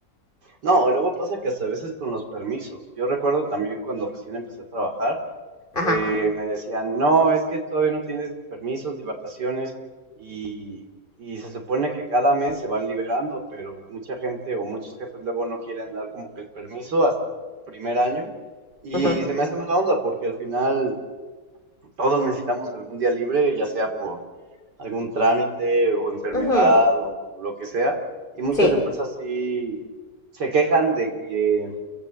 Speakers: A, on the right (about 65°); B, on the left (about 25°).
A: No, luego pasa que hasta a veces con los permisos. Yo recuerdo también cuando recién empecé a trabajar.
B: Ajá.
A: que me decían, no, es que todavía no tienes permisos de vacaciones y, y se supone que cada mes se van liberando, pero mucha gente o muchos jefes luego no quieren dar como que el permiso hasta el primer año y
B: Ajá.
A: se me hace mala onda porque al final todos necesitamos algún día libre, ya sea por algún trámite o enfermedad
B: Ajá.
A: o lo que sea, y muchas
B: Sí.
A: empresas sí se quejan de que